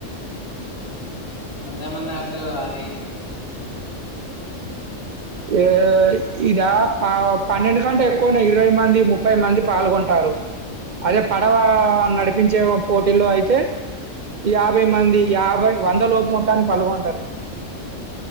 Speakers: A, on the left; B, on the right.
A: ఎంతమంది ఆడతరు అవి
B: ఏ ఇదా అవ్ పన్నెండు కంటే ఎక్కువనే ఇరవై మంది ముప్పై మంది పాల్గొం టారు అదే పడవ నడిపించే ఓ పోటీ లో అయితే యాభై మంది యాభై వంద లోపు మొత్తాన్ని పాల్గొంటారు